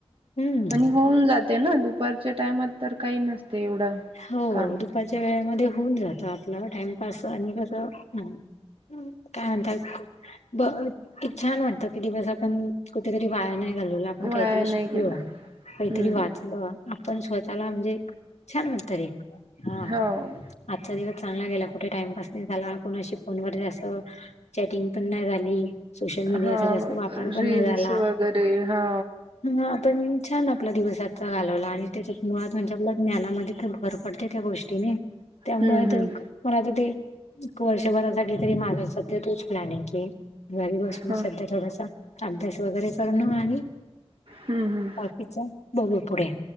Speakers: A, on the left; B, on the right.
A: हम्म
B: आणि होऊन जाते ना दुपारच्या टायमात तर काही नसते एवढं.
A: हो
B: काम
A: दुपारच्या वेळेमध्ये होऊन जात आपलं टाइमपास आणि कसं? ह् काय म्हणतात ब एक छान म्हणतं की दिवस आपण कुठेतरी वया नाही. ा आपण
B: वाया
A: काहीतरी
B: नाही
A: शिकल
B: गेला
A: काहीतरी
B: हम्म
A: वाचल आपण स्वतःला म्हणजे छान म्हणंत एक हा.
B: हो
A: आजचा दिवस चांगला गेला कुठे टाइमपास नाही झाला कुणा अशी फोनवर जासं. चॅटिंग पण नाही झाली. सोशल मीडियाचा
B: हो
A: जास्त वापर पण
B: रील्स
A: नाही झाला
B: वगैरे हो
A: ह आपण छान आपला दिवस आचा घालवला आणि त्याच्यात मुळात म्हणजे आपल्या ज्ञानामध्ये तिथ भर पडते त्या गोष्टीने त्यामुळे
B: हम्म
A: तो
B: हम्म
A: एक मला आता ते वर्षभरासाठी तरी माझा सध्या तोच प्लॅन आहे की घरी बसून
B: हा
A: सध्या थोडासा अभ्यास वगैरे करणं आणि
B: हम्म हम्.
A: तच बघू पुढे